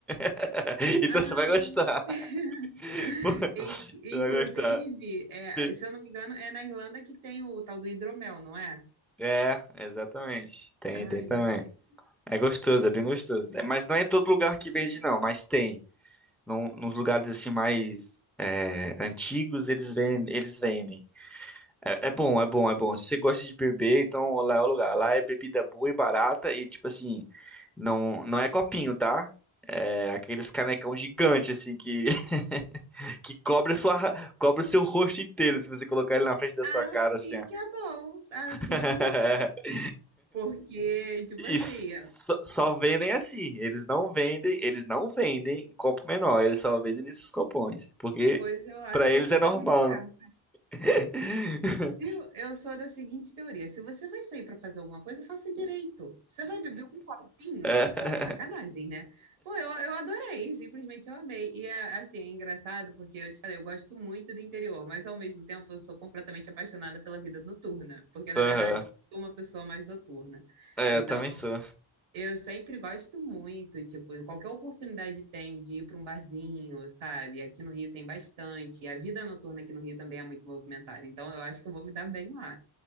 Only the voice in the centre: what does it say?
<laughs> Então
você vai gostar.
<laughs> Pô,
Você vai gostar.
Be-
É, exatamente. Tem,
tem também.
É gostoso, é bem gostoso. É, mas não é em todo lugar que vende, não, mas tem. Num- nos lugares assim mais é, antigos, eles vendem, eles vendem. É, é bom, é bom, é bom. Se você gosta de beber, então lá é o lugar. Lá é bebida boa e barata e tipo assim, não, não é copinho, tá? É aqueles canecão gigante assim que <laughs> que cobre a sua cobre o seu rosto inteiro se você colocar ele na frente da
sua cara assim. ó.
<laughs>
Isso.
Só só vendem assim. Eles não vendem, eles não vendem em copo menor, eles só vendem nesses copões, porque
pra
eles
é normal,
né? <laughs>
É,
aham.
É,
eu também sou.